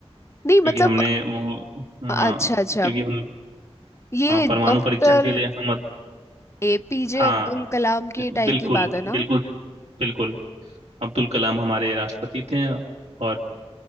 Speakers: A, on the left; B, on the right.
A: नहीं
B: क्योंकि
A: मतलब
B: हमने वो हाँ
A: अच्छा अच्छा
B: क्योंकि हम
A: ये
B: हाँ परमाणु
A: डॉक्टर
B: परीक्षण के लिए हम
A: एपीजे
B: हाँ
A: अब्दुल कलाम के टाइम
B: बिल्कुल
A: की बात है ना
B: बिल्कुल बिल्कुल अब्दुल कलाम हमारे राष्ट्रपति थे और